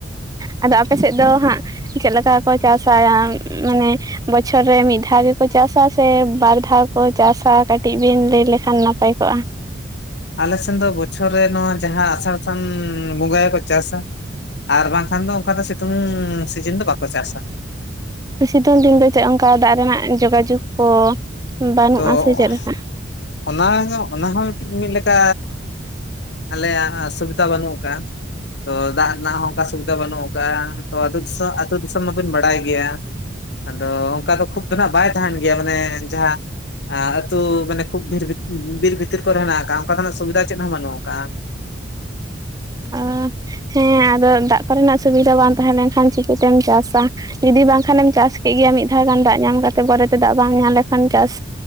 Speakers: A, on the right; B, on the left.
A: ᱟᱫᱚ ᱟᱯᱮᱥᱮᱫ ᱫᱚ ᱦᱟᱸᱜ, ᱪᱮᱫ ᱞᱮᱠᱟ ᱠᱚ ᱪᱟᱥᱟᱭᱟ?
B: <inaudible> <inaudible>
A: ᱵᱚᱪᱷᱚᱨ ᱨᱮ ᱢᱤᱫ ᱫᱷᱟᱣ ᱜᱮᱠᱚ ᱪᱟᱥᱟ, ᱥᱮ ᱵᱟᱨ ᱫᱷᱟᱣ ᱠᱚ ᱪᱟᱥᱟ, ᱠᱟᱹᱴᱤᱡ ᱵᱤᱱ ᱞᱟᱹᱭ ᱞᱮᱠᱷᱟᱱ ᱱᱟᱯᱟᱭ ᱠᱚᱜᱼᱟ?
B: ᱟᱞᱮᱥᱮᱱ ᱫᱚ ᱵᱚᱪᱷᱚᱨ ᱨᱮ ᱱᱚᱣᱟ, ᱡᱟᱦᱟᱸ ᱟᱥᱟᱲ ᱥᱟᱱ ᱵᱚᱸᱜᱟᱭ ᱠᱚ ᱪᱟᱥᱟ, ᱟᱨ ᱵᱟᱝᱠᱷᱟᱱ ᱫᱚ ᱚᱱᱠᱟ ᱫᱚ, ᱥᱮᱛᱳᱝ ᱥᱤᱡᱤᱱ ᱫᱚ ᱵᱟᱠᱚ ᱪᱟᱥᱟ᱾
A: ᱥᱤᱛᱩᱝ ᱫᱤᱱ ᱫᱚ ᱪᱮᱫ, ᱚᱝᱠᱟ ᱫᱟᱜ ᱨᱮᱱᱟᱜ ᱡᱳᱜᱟᱡᱳᱜᱽ ᱠᱚ ᱵᱟᱹᱱᱩᱜᱼᱟ
B: ᱛᱚ
A: ᱥᱮ ᱪᱮᱫ ᱞᱮᱠᱟ
B: ᱚᱱᱟ ᱜᱮᱸ ᱚᱱᱟ ᱦᱚᱸ ᱢᱤᱫ ᱞᱮᱠᱟ, ᱟᱞᱮᱭᱟᱜ ᱥᱩᱵᱤᱫᱷᱟ ᱵᱟᱹᱱᱩᱜ <inaudible> <unintelligible> ᱛᱚ ᱫᱟᱜ ᱨᱮᱱᱟᱜ ᱦᱚᱸ, ᱚᱱᱠᱟ ᱥᱩᱵᱤᱫᱷᱟ ᱵᱟᱹᱱᱩᱜ ᱠᱟᱜᱼᱟ, ᱛᱚ ᱟᱛᱳ ᱫᱤᱥᱚᱢ, ᱟᱹᱛᱳ ᱫᱤᱥᱚᱢ ᱢᱟᱵᱤᱱ ᱵᱟᱲᱟᱭ ᱜᱮᱭᱟ᱾ ᱟᱫᱚ ᱚᱝᱠᱟ ᱫᱚ ᱠᱷᱩᱵ ᱫᱚ ᱱᱟᱸᱜ ᱵᱟᱭ ᱛᱟᱦᱮᱱ ᱜᱮᱭᱟ, ᱢᱟᱱᱮ ᱡᱟᱦᱟᱸ ᱟᱹᱛᱩ ᱢᱮᱱᱮᱠ ᱠᱷᱩᱵ ᱵᱤᱨ ᱵᱷᱤᱛᱤᱨ ᱠᱚᱨᱮ ᱦᱤᱱᱟᱜ ᱠᱟᱜᱼᱟ, ᱚᱱᱠᱟᱱᱟᱜ ᱥᱩᱵᱤᱫᱷᱟ ᱪᱮᱫ ᱦᱚᱸ ᱵᱟᱹᱱᱩᱜ ᱠᱟᱜᱼᱟ᱾
A: ᱚ ᱦᱮᱸ ᱟᱫᱚ ᱫᱟᱜ ᱠᱚᱨᱮᱱᱟᱜ, ᱥᱩᱵᱤᱫᱟ ᱵᱟᱝ ᱛᱟᱦᱮᱸ ᱞᱮᱱᱠᱷᱟᱱ ᱪᱤᱠ ᱛᱮᱢ ᱪᱟᱥᱟ, ᱡᱩᱫᱤ ᱵᱟᱝᱠᱷᱟᱱ ᱮᱢ ᱪᱟᱥ ᱠᱮᱫ ᱜᱮᱭᱟ ᱢᱤᱫ ᱫᱷᱟᱣ ᱜᱟᱱ ᱫᱟᱜ ᱧᱟᱢ ᱠᱟᱛᱮ, ᱯᱚᱨᱮᱛᱮ ᱫᱟᱜ ᱵᱟᱝ ᱧᱟᱢ ᱞᱮᱠᱷᱟᱱ, ᱪᱟᱥ